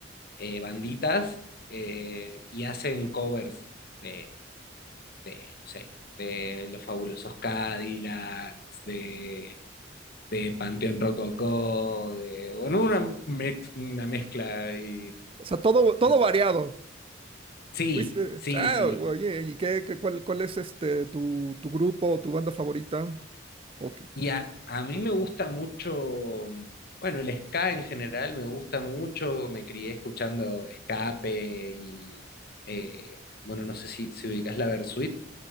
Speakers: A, on the left; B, on the right.
A: eh, banditas eh, y hacen covers de, de, no sé, de Los Fabulosos Cadillacs, de, de Panteón Rococó, de, bueno, una, mex- una mezcla. Y,
B: O sea, todo, todo
A: en-
B: variado.
A: sí,
B: Fuiste.
A: sí,
B: Ah,
A: sí.
B: oye, ¿y qué, qué- cuál, cuál es este tu, tu grupo o tu banda favorita? Ok.
A: Y a, a mí me gusta mucho, bueno, el ska en general me gusta mucho, me crié escuchando Escape y, eh, bueno, no sé si, si ubicás la Versuit,